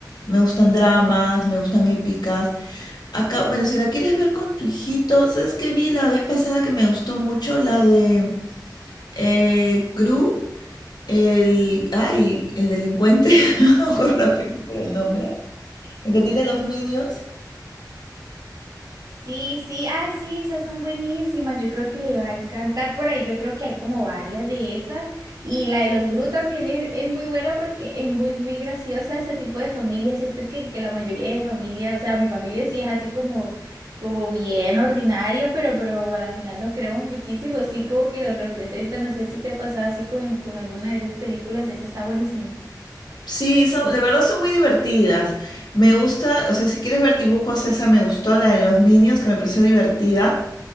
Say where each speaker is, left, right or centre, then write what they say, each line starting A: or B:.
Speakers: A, on the left; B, on the right.
A: me gustan dramas, me gustan épicas. Acá, bueno, si la quieres ver con tu hijito, ¿sabes qué vi la vez pasada que me gustó mucho? La de eh, Gru, el, ay, el delincuente, <laughs> no
B: <laughs>
A: me acuerdo la película, el nombre, el que tiene los Minions.
B: Sí, sí, ay, sí, esas son buenísimas. Yo creo que le va a encantar por ahí. Yo creo que hay como varias de esas. Y la de los Gru también es, es muy buena porque es muy, muy graciosa ese tipo de familia. Siento que, que la mayoría de familia, o sea, mi familia sí es así como, como bien ordinaria, pero, pero a la final los queremos muchísimo. Sí, como que los representan. No sé si te ha pasado así con, con alguna de esas películas. Esa está buenísima.
A: Sí, son, la verdad son muy divertidas. Me gusta, o sea, si quieres ver dibujos, esa me gustó, la de los Minions, que me pareció divertida.